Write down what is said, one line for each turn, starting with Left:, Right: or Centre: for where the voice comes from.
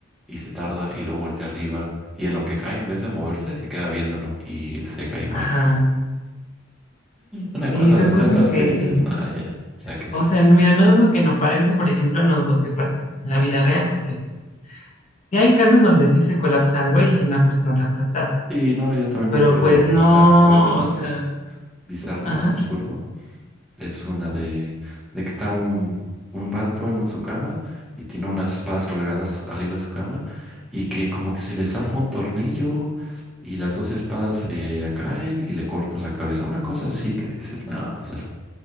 Centre: y se tarda y luego voltea arriba y en lo que cae, en vez de moverse, se queda viéndolo y se cae y muere.
Left: Ajá.
Centre: Una
Left: Sí,
Centre: cosa
Left: son
Centre: así,
Left: cosas
Centre: son cosas
Left: que,
Centre: que dices, nada, ya, o sea, ¿qué es
Left: o
Centre: esto?
Left: sea, no- mira, no dudo que no pase, por ejemplo, no dudo que pase en la vida real, porque pues sí hay casos donde sí se colapsa algo y una persona es aplastada,
Centre: Y no, yo también
Left: pero
Centre: me acuerdo,
Left: pues no,
Centre: o sea, algo más
Left: o sea,
Centre: bizarro,
Left: ajá,
Centre: más absurdo. Es una de, de que está un, un vato en un, su cama y tiene unas espadas colgadas arriba de su cama y que como que se le zafa un tornillo y las dos espadas se caen y le cortan la cabeza. Una cosa así que dices, no, o sea,